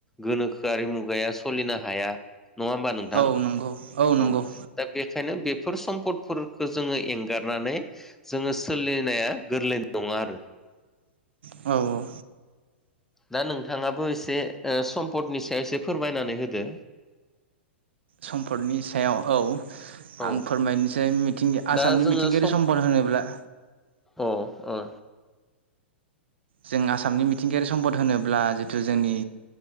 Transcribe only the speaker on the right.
औ नंगौ
नंगौ
<inaudible> औ औ
सम्पदनि सायाव औ
आं फोरमायनोसै मि मिथिंगा आसामनि
मिथिंगायारि
सम्पद होनोब्ला
जों आसामनि मिथिंगायारि सम्पद होनोब्ला जिथु जोंनि